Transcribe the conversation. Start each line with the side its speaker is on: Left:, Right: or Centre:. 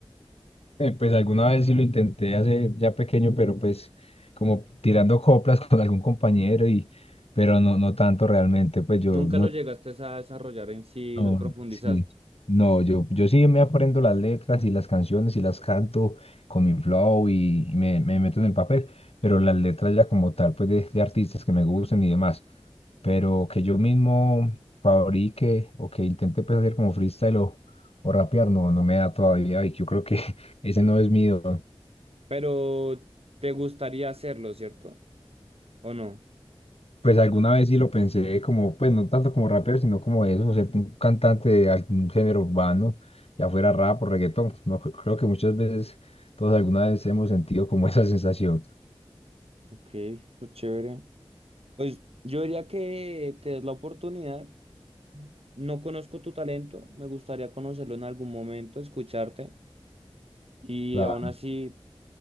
Left: Eh, pues alguna vez sí lo intenté hace ya pequeño, pero pues como tirando coplas con algún compañero y pero no no tanto realmente, pues yo
Right: Nunca
Left: no
Right: lo llegaste a desarrollar en sí,
Left: No,
Right: lo profundizaste,
Left: sí. No, yo, yo sí me aprendo las letras y las canciones y las canto con mi flow y me, me meto en el papel, pero las letras ya como tal, pues de, de artistas que me gusten y demás, pero que yo mismo fabrique o que intente pues hacer como freestyle o, o rapear, no, no me da todavía y yo creo que <laughs> ese no es mío.
Right: pero te gustaría hacerlo, ¿cierto? ¿O no?
Left: Pues alguna vez sí lo pensé como, pues no tanto como rapero, sino como eso, ser un cantante de algún género urbano, ya fuera rap o reggaetón. No, cre- creo que muchas veces, todos alguna vez hemos sentido como <laughs> esa sensación.
Right: Ok, súper chévere. Pues yo diría que te des la oportunidad. No conozco tu talento, me gustaría conocerlo en algún momento, escucharte y
Left: La-
Right: aún así,